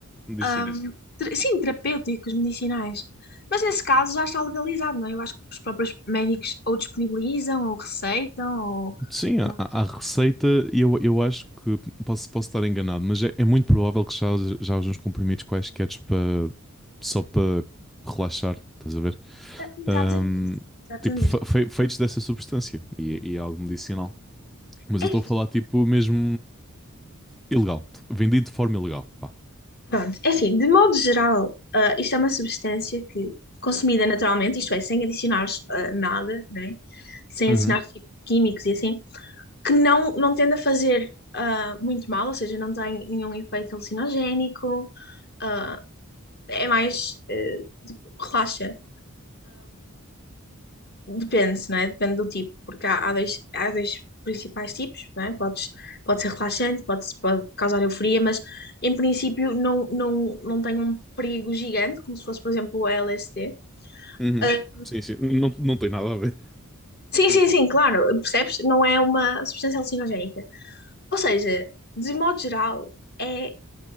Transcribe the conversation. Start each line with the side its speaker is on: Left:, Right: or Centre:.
Centre: Medicinais.
Left: ahm, ter- sim, terapêuticos, medicinais. Mas nesse caso já está legalizado, não é? Eu acho que os próprios médicos ou disponibilizam, ou receitam, ou.
Centre: Sim,
Left: pronto.
Centre: a, a a receita, eu, eu acho que posso, posso estar enganado, mas é, é muito provável que já, já haja uns comprimidos quaisquer para só para relaxar, estás a ver?
Left: Ah, Exatamente,
Centre: Ahm,
Left: exatamente.
Centre: tipo, fe- fe- feitos dessa substância e, e é algo medicinal. Mas
Left: É
Centre: eu
Left: assim,
Centre: estou a falar, tipo, mesmo ilegal, vendido de forma ilegal. Pá.
Left: Pronto, é assim, de modo geral, ah, isto é uma substância que, consumida naturalmente, isto é, sem adicionar ah, nada, né? Sem
Centre: Uhum.
Left: adicionar fi- químicos e assim, que não, não tende a fazer ah, muito mal, ou seja, não tem nenhum efeito alucinogénico, ah, é mais, eh, relaxante Depende, não é? Depende do tipo, porque há, há dois, há dois principais tipos, não é? Podes, pode ser relaxante, pode, pode causar euforia, mas em princípio não, não, não tem um perigo gigante, como se fosse, por exemplo, o LSD.
Centre: Uhum.
Left: Ah,
Centre: Sim, sim. Não, não tem nada a ver,
Left: sim, sim, sim, claro, percebes? Não é uma substância alucinogénica. Ou seja, de modo geral, é,